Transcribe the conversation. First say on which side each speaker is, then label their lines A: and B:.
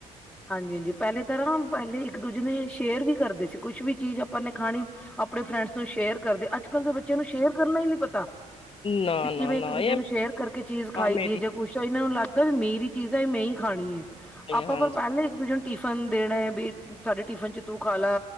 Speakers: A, in the centre; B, on the left.
A: ਹਾਂਜੀ-ਹਾਂਜੀ, ਪੈਲੇ ਤਾਂ ਨਾ ਪਹਲੇ ਇੱਕ-ਦੂਜੇ ਨੇ ਸ਼ੇਅਰ ਵੀ ਕਰਦੇ ਸੀ ਕੁਛ ਵੀ ਚੀਜ਼ ਆਪਾਂ ਨੇ ਖਾਣੀ, ਆਪਣੇ ਫਰੈਂਡਸ ਸ਼ੇਅਰ ਕਰਦੇ, ਅੱਜ ਕੱਲ ਦੇ ਬੱਚੇਆ ਨੂੰ ਸ਼ੇਅਰ ਕਰਨ ਦਾ ਈ ਨੀ ਪਤਾ
B: ਨਾ
A: ਵੀ ਕਿਵੇਂ
B: ਨਾ
A: ਇੱਕ-ਦੂਜੇ
B: ਨਾ ਇਹ
A: ਨੂੰ ਸ਼ੇਅਰ ਕਰਕੇ ਚੀਜ਼ ਖਾਈ
B: ਹਾਂ ਮੇਰੀ
A: ਦੀ ਏ ਜਾਂ ਕੁਛ ਏਨਾਂ ਨੂੰ ਲੱਗਦਾ ਵੀ ਮੇਰੀ ਚੀਜ਼ਾਂ ਮੈਂ ਈ ਖਾਣੀ ਏ, ਆਪਾ
B: ਹਾਂਜੀ
A: ਪਰ ਪੈਹਲੇ ਇੱਕ-ਦੂਜੇ ਟਿਫਨ ਦੇਣਾ ਬੀ, ਸਾਡੇ ਟਿਫਨ ਚ ਤੂੰ ਖਾ ਲਾ